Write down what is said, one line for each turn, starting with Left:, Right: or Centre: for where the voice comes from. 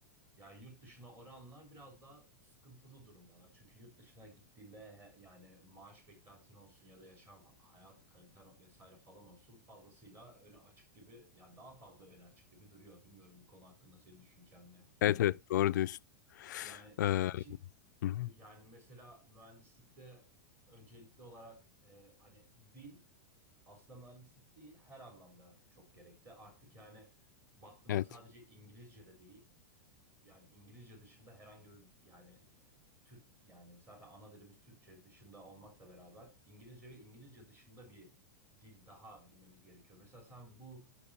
Right: Yani yurt dışına oranla biraz daha sıkıntılı durumdalar. Çünkü yurt dışına gittiğinde he- yani maaş beklentin olsun ya da yaşam hayat kaliten vesaire falan olsun fazlasıyla öne açık gibi yani daha fazla öne açık gibi duruyor. Bilmiyorum bu konu hakkında senin düşüncen ne?
Left: Evet evet doğru diyorsun.
Right: Yani
Left: Ee, hı
Right: ki
Left: hı,
Right: yani mesela mühendislikte öncelikli olarak e, hani dil aslında mühendislik değil her anlamda çok gerekli. Artık yani baktığında
Left: evet.
Right: sadece İngilizce de değil yani İngilizce dışında herhangi bir yani Türk yani zaten ana dilimiz Türkçe dışında olmakla beraber İngilizce ve İngilizce dışında bir dil daha bilmemiz gerekiyor. Mesela sen bu